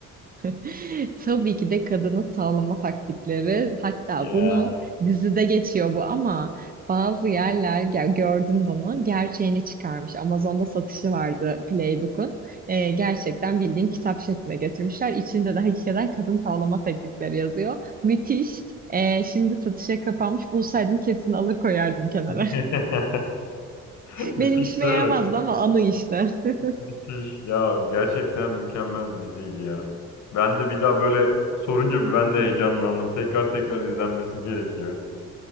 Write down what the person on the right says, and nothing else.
<laughs> Tabii ki de kadını tavlama taktikleri. Hatta
bunun dizide geçiyor bu ama bazı yerler gel- gördüm bunu gerçeğini çıkarmış. Amazon'da satışı vardı Playbook'un. Ee, gerçekten bildiğin kitap şekline getirmişler. İçinde de hakikaten kadın tavlama teknikleri yazıyor. Müthiş. Ee, şimdi satışa kapanmış. Bulsaydım kesin alır koyardım kenara.
<laughs>
Benim işime
yaramazdı
ama anı işte. <laughs>